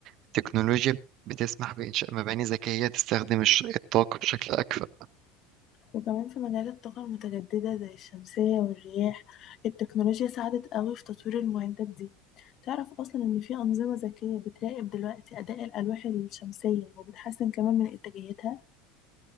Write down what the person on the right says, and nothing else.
التكنولوجيا بتسمح بإنشاء مباني ذكية تستخدم الش- الطاقة بشكل أكفأ